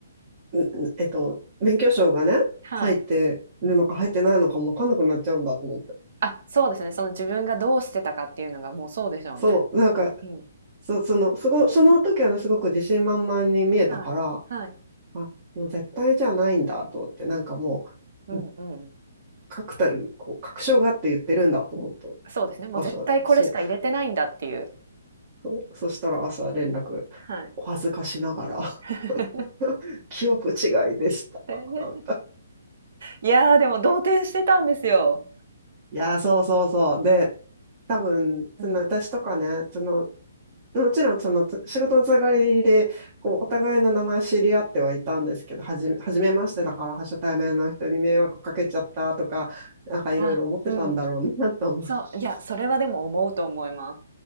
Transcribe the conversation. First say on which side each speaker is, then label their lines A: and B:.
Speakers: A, on the right; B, on the right.
A: うえっと、免許証がね、
B: はい。
A: 入ってるのか入ってないのかもわかんなくなっちゃうんだと思って。
B: あ、そうですね。その自分がどうしてたかっていうのがもうそうでしょうね。
A: そう、なんか、
B: うん。
A: そ、その、すご、その時はね、すごく自信満々に見えたから、
B: はい。はい。
A: あ、もう絶対じゃないんだと思って、なんかもう、
B: うんうん。
A: 確たる、こう、確証があって言ってるんだと思った。
B: そうですね。もう絶対これしか入れてないんだっていう。
A: 朝、そう、そう、そしたら朝連絡、
B: はい。
A: お恥ずかしながら、
B: <laughs>
A: <laughs> 記憶違いでした。
B: でで
A: <laughs>
B: いやー、でも動転してたんですよ。
A: いやー、そうそうそう。で、多分、その私とかね、
B: うん。
A: そのもちろんそのつ仕事のつながりでこうお互いの名前知り合ってはいたんですけど、はじめ、初めましてだから初対面の人に迷惑かけちゃったとか、なんかいろいろ思ってたんだろうなと思っ
B: あ、うん。そう、いや、それはでも思うと思います。